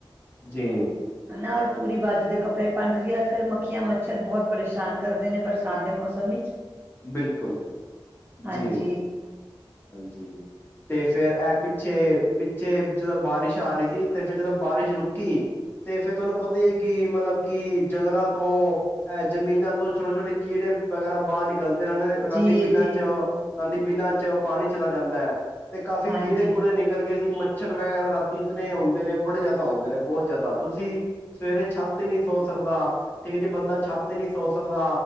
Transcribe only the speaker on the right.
ਹਨਾ ਔਰ ਪੂਰੀ ਬਾਜੂ ਦੇ ਕੱਪੜੇ <unintelligible> ਅੱਜ-ਕੱਲ ਅੱਖੀਆਂ ਮੱਛਰ ਬਹੁਤ ਪਰੇਸ਼ਾਨ ਕਰਦੇ ਨੇ ਬਰਸਾਤ ਦੇ ਮੌਸਮ ਵਿੱਚ।
ਹਾਂਜੀ
ਜੀ
ਜੀ
ਹਾਂਜੀ